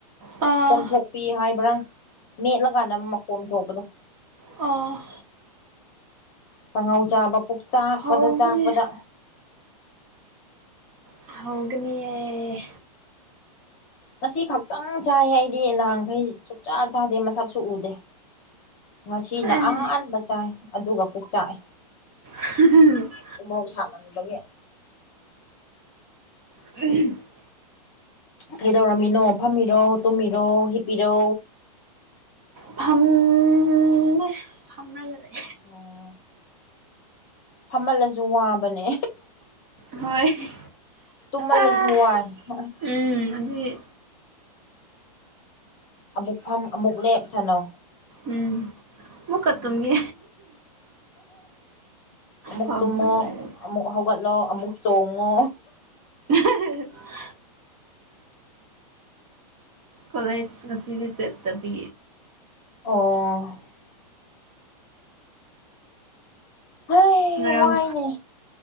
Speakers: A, on the right; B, on the left.
A: ꯑꯥ
B: ꯀꯣꯝꯊꯣꯛꯄꯤ ꯍꯥꯏꯕ꯭ꯔꯥ ꯃꯦꯠꯂꯀꯥꯟꯗ ꯃꯀꯣꯝ ꯊꯣꯛꯄꯗꯣ
A: ꯑꯣ
B: ꯀꯥꯡꯉꯧ ꯆꯥꯕ ꯄꯨꯛ ꯆꯥꯛꯄꯗ
A: ꯍꯧꯒꯅꯤ
B: ꯆꯥꯛꯄꯗ
A: ꯍꯧꯒꯅꯤꯌꯦ
B: ꯉꯁꯤ ꯈꯛꯇꯪ ꯆꯥꯏ ꯑꯩꯗꯤ ꯅꯍꯥꯡꯈꯩ ꯁꯨꯛꯆꯥ ꯆꯥꯗꯦ ꯃꯁꯛꯁꯨ ꯎꯗꯦ ꯉꯁꯤꯅ
A: ꯑꯦ
B: ꯑꯍꯥꯟꯕ ꯆꯥꯏ ꯑꯗꯨꯒ ꯄꯨꯛꯆꯥꯛꯑꯦ
A: <unintelligible>
B: ꯎꯃꯣꯔꯣꯛ ꯁꯥꯃꯟꯕꯒꯤ ꯫
A: <unintelligible>
B: ꯀꯩꯗꯧꯔꯝꯃꯤꯅꯣ ꯐꯝꯃꯤꯔꯣ ꯇꯨꯝꯃꯤꯔꯣ ꯍꯤꯞꯄꯤꯔꯣ꯫
A: ꯐꯝꯃꯦ꯫ ꯐꯝꯔꯒ ꯂꯩ꯫
B: ꯆꯣꯡ꯫ ꯐꯝꯃꯜꯂꯁꯨ ꯋꯥꯕꯅꯦ꯫
A: ꯍꯣꯏ꯫
B: ꯇꯨꯝꯃꯜꯂꯁꯨ
A: ꯑꯥ
B: ꯋꯥꯏ ꯫
A: ꯎꯝ ꯑꯗꯨꯒꯤ
B: ꯑꯃꯨꯛ ꯐꯝ ꯑꯃꯨꯛ ꯂꯦꯞ ꯁꯥꯅꯧ꯫
A: ꯎꯝ ꯑꯃꯨꯛꯀ ꯇꯨꯝꯒꯦ꯫
B: ꯑꯃꯨꯛ
A: ꯐꯝꯕ
B: ꯇꯨꯝꯃꯣ
A: ꯂꯣꯏꯔꯒ
B: ꯑꯃꯨꯛ ꯍꯧꯒꯠꯂꯣ ꯑꯃꯨꯛ ꯆꯣꯡꯉꯣ꯫
A: <unintelligible> ꯀꯣꯂꯦꯖ ꯉꯁꯤꯗꯤ ꯆꯠꯇꯕꯤ꯫
B: ꯑꯣ꯫ ꯍꯩ
A: ꯉꯔꯥꯡ
B: ꯋꯥꯏꯅꯦ